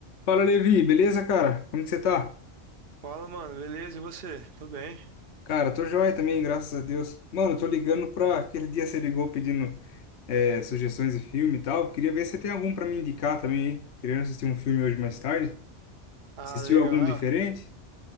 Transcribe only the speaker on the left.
Fala, Levi, beleza, cara? Como que você tá?
Cara, tô joia também, graças a Deus. Mano, eu tô ligando pra aquele dia você ligou pedindo é, sugestões de filme e tal. Queria ver se você tem algum pra me indicar também, hein? Querendo assistir um filme hoje mais tarde.
Assistiu
algum
diferente?